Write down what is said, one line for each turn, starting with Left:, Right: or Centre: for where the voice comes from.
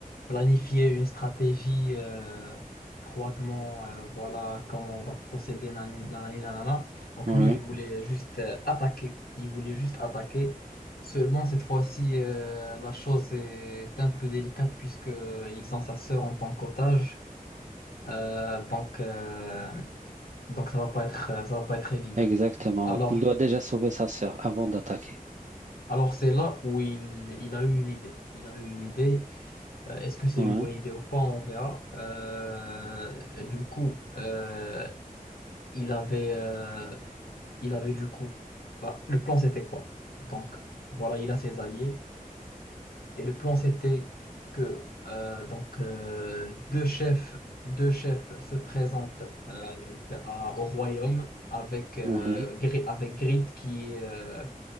Left: planifier une stratégie euh, froidement. euh, voilà comment on va procéder, nani- nanani, nanana. Donc
Right: Oui,
Left: lui, il voulait juste euh, attaquer. Il voulait juste attaquer. Seulement, cette fois-ci, euh, la chose est un peu délicate puisque ils ont sa sœur en tant qu'otage. Euh, donc, euh, donc ça va pas être, ça va pas être évident.
Right: exactement.
Left: Alors,
Right: ouais. Il doit déjà sauver sa sœur avant d'attaquer.
Left: alors c'est là où il, il a eu une idée. Il a eu une idée. Euh, est-ce que c'est
Right: Oui,
Left: une bonne idée ou pas? On verra. Euh, du coup, euh, il avait, euh, il avait du coup, là, le plan c'était quoi? Donc, voilà, il a ses alliés. Et le plan c'était que euh, donc, euh, deux chefs, deux chefs se présentent euh, donc, à- au royaume avec, euh,
Right: oui,
Left: Gri- avec Grid qui, est euh,